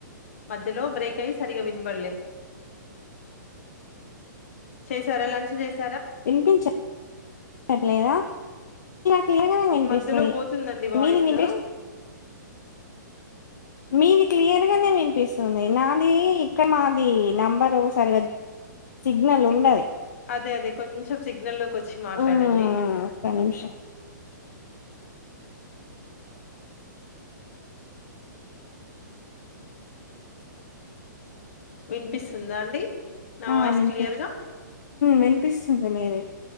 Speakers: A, on the left; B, on the left.
A: మధ్యలో బ్రేక్ అయి సరిగా వినబడలే చేసారా లంచ్ చేస
B: వినిపించట్లేదా తిల్లగానే వినిపిస్తుంది
A: మధ్యలో బోతుందండి వాయిసు.
B: మీది వినిపిస్తు మీది క్లియర్గానే వినిపిస్తుంది నాది ఇక్కడ మాది నెంబరు సరిగా సిగ్నల్
A: సిగ్
B: ఉండది
A: అదే అదే కొంచెం సిగ్నల్ లోకి వచ్చి మాట్లాడండి
B: మ్మ్ ఒక్క నిమిషం
A: వినిపిస్తుందా అండి నా
B: ఆ
A: వాయిస్
B: వినిపి
A: క్లియర్ గా
B: వినిపిస్తుంది మీది